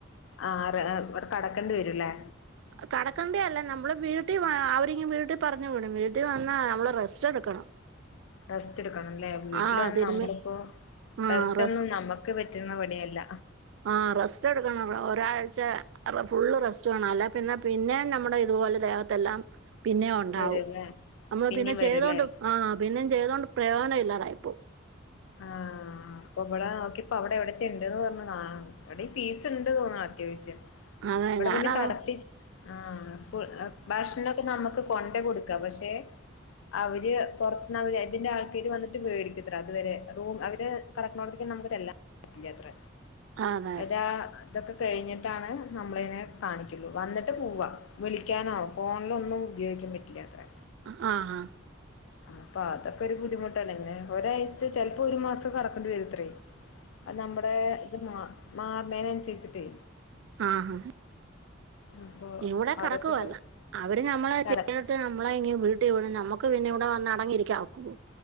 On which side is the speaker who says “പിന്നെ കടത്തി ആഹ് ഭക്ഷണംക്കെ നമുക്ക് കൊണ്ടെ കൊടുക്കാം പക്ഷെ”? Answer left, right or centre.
Left